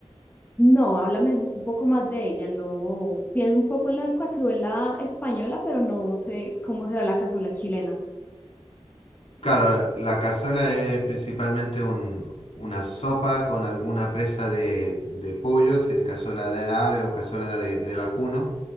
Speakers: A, on the left; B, on the left.
A: No, háblame un un poco más de ella, no, pienso un poco en la cazuela española, pero no sé cómo será la cazuela chilena.
B: Claro, la cazuela es principalmente un- una sopa con alguna presa de, de pollo, si es cazuela de ave o cazuela de, de vacuno,